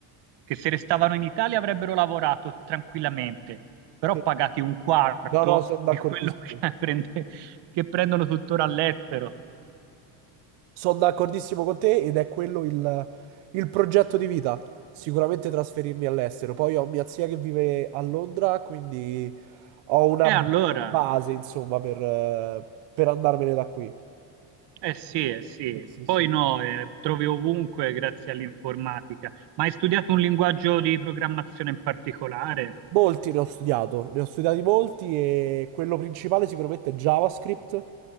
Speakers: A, on the right (about 55°); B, on the right (about 80°).
A: che se restavano in Italia avrebbero lavorato tranquillamente, però
B: sì.
A: pagati un quarto
B: No, no, sono d'accordissimo.
A: di quello <laughs> che, prende- che prendono tuttora all'estero.
B: Sono d'accordissimo con te ed è quello il, il progetto di vita. Sicuramente trasferirmi all'estero. Poi ho mia zia che vive a Londra, quindi ho una
A: E allora...
B: base, insomma, per, eh, per andarmene da qui.
A: Eh sì, eh sì,
B: Sì, sì,
A: poi
B: sì.
A: no, eh, trovi ovunque grazie all'informatica. Ma hai studiato un linguaggio di programmazione in particolare?
B: Molti ne ho studiato, ne ho studiati molti e quello principale sicuramente è JavaScript